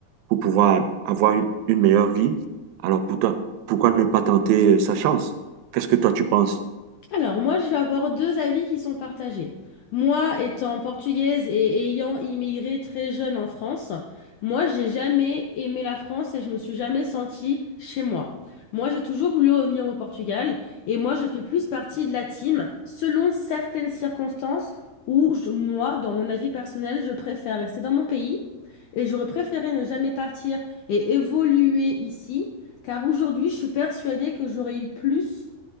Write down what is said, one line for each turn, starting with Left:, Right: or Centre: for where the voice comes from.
Right: pour pouvoir avoir une, une meilleure vie. Alors pour toi, pourquoi ne pas tenter euh, sa chance? Qu'est-ce que toi tu penses?
Left: Alors, moi, je vais avoir deux avis qui sont partagés. Moi, étant portugaise et ayant immigré très jeune en France, moi, j'ai jamais aimé la France et je me suis jamais sentie chez moi. Moi, j'ai toujours voulu revenir au Portugal et moi, je fais plus partie de la team selon certaines circonstances où je- moi, dans mon avis personnel, je préfère rester dans mon pays et j'aurais préféré ne jamais partir et évoluer ici, car aujourd'hui, je suis persuadée que j'aurais eu plus